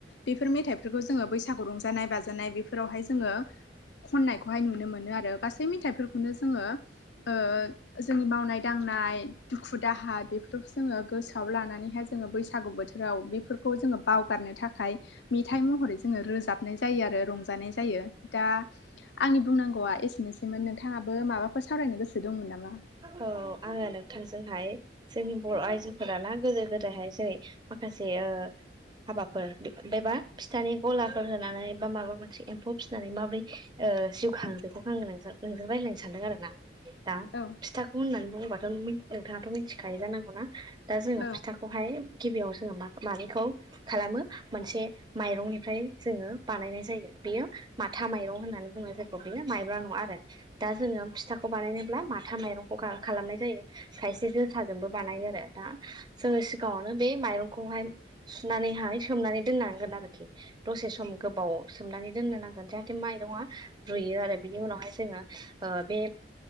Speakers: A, on the left; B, on the right.
A: बेफोर मेथाइफोरखौ जोङो बैसागु रंजानाय बाजानाय बेफोरावहाय जोङो खननायखौहाय नुनो मोनो आरो गासै मेथाइफोरखौनो जोङो ओ जोंनि मावनाय दां नाय दुखु दाहा बेफोरसो जोङो गोसोआव लानानैहाय जोङो बैसागु बोथोराव बेफोरखौ जोङो बावगारनो थाखाय मेथाइ मह महरै जोङो रोजाबनाय जायो आरो रंजानाय जायो दा आंनि बुंनांगौआ एसेनोसैमोन नोंथाङाबो माबाफोर सावरायनो गोसो दंमोन नामा?
B: औ आङो नोंथांजोंहाय जोंनि बर' आइजोफोरा ना गोदो गोदायहाय जेरै माखासे ओ हाबाफोर बेबा फिथानि गलाफोर होनानै बा माबा मोनसे एम्फौ फिसिनानै माबोरै ओ ओ जिउ खांदोंमोन आं नोंजों नोंजों रायलायनो सानदों आरो ना। दा
A: औ
B: फिथाखौ होननानै बुंबाथ' नोंथाङाथ' मिथिखायो जानांगौना दा जोङो
A: औ
B: फिथाखौहाय गिबियाव जोङो मा-मानिखौ खालामो मोनसे माइरंनिफ्राय जोङो बानायनाय जायो। बेयो माथा माइरं होननानै बुङो जायखौ बेयो माइब्रा नङा आरो दा जोङो फिथाखौ बानायनोब्ला मा था माइरंखौ खा-खालामनाय जायो खायसे जोसाजोंबो बानायो आरो दा जोङो सिगाङावनो बे मायरंखौहाय सुनानैहाय सोमनानै दोननांगोन आरोखि दसे सम गोबाव सोमनानै दोन नोनांगोन जाहाथे माइरङा रुयो आरो बिनि उनावहाय जोङो ओ बे